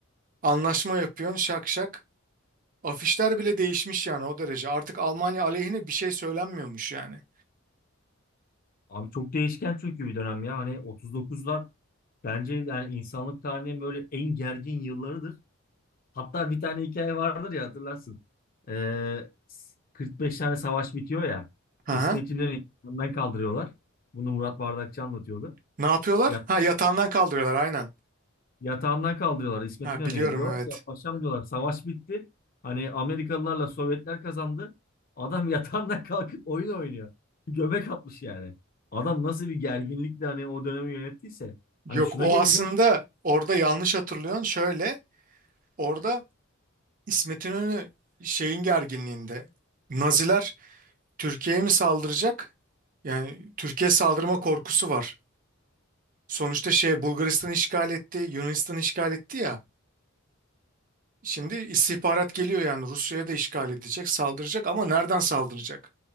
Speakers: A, on the right; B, on the left.
A: anlaşma yapıyorsun şak şak. Afişler bile değişmiş yani o derece. Artık Almanya aleyhine bir şey söylenmiyormuş yani.
B: Abi çok değişken çünkü bir dönem ya. Hani 39'lar bence yani insanlık tarihinin böyle en gergin yıllarıdır. Hatta bir tane hikaye vardır ya hatırlarsın. Ee, 45 tane savaş bitiyor ya.
A: Hı
B: İsmet
A: hı.
B: İnönü'yü yanından kaldırıyorlar. Bunu Murat Bardakçı anlatıyordu.
A: Ne yapıyorlar?
B: Ya
A: Ha yatağından kaldırıyorlar aynen.
B: Yatağından kaldırıyorlar. İsmet
A: Ha
B: İnönü'ye
A: biliyorum
B: diyorlar
A: evet.
B: ki ya paşam diyorlar savaş bitti. Hani Amerikalılarla Sovyetler kazandı. Adam yatağından <laughs> kalkıp oyun oynuyor. Göbek atmış yani. Adam nasıl bir gerginlikle hani o dönemi yönettiyse.
A: Yok
B: Hani şuna
A: o
B: geleceğim
A: aslında orada yanlış hatırlıyorsun. Şöyle orada İsmet İnönü şeyin gerginliğinde. Naziler Türkiye'ye mi saldıracak? Yani Türkiye saldırma korkusu var. Sonuçta şey Bulgaristan işgal etti, Yunanistan işgal etti ya. Şimdi istihbarat geliyor yani Rusya'ya da işgal edecek, saldıracak ama nereden saldıracak?